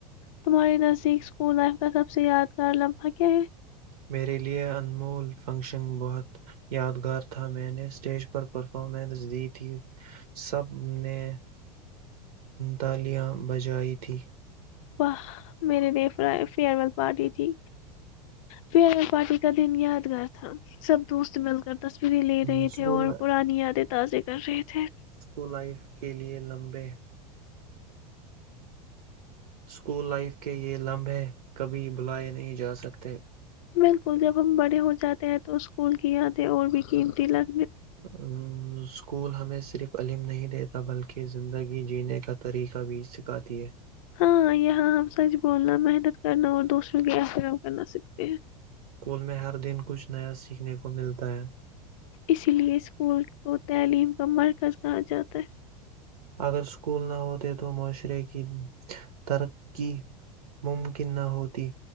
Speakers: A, on the left; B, on the right.
A: تمہاری نزدیک اسکول لائف کا سب سے یادگار لمحہ کیا ہے
B: میرے لیے انمول فنکشن بہت یادگار تھا میں نے اسٹیج پر پرفارمنس دی تھی سب نے تالیاں بجائی تھیں
A: واہ میرے د رائے فیئر ویل پارٹی تھی فیر ویل پارٹی کا دن یادگار تھا سب دوست مل کر تصویریں لے
B: اسکول
A: رہے تھے اور پرانی یادیں تازے کر رہے تھے
B: اسکول لائف کے لیئے لمبے اسکول لائف کے یہ لمبے کبھی بلائے نہیں جا سکتے
A: بالکل جب ہم بڑے ہو جاتے تحت وہ اسکول کیایاے اور بھی کیمتی ل
B: ہ <unintelligible> اسکول ہمیں صرف علم نہیں دیتا بلکہ زندگی جینے کا طریقہ بھی سکھاتی ہے
A: ہاں یہاں ہم سچ بولنا محنت کرنا اور دوسروں کے آشرام کرنا سیکھتے ہیں
B: اسکول میں ہر دن کچھ نیا سیکھنے کو ملتا ہے
A: اسی لیے اسکول کو تعلیم کا مرکز کہا جاتا ہے
B: اگر اسکول نہ ہوتے تو معاشرے کی ترقی ممکن نہ ہوتی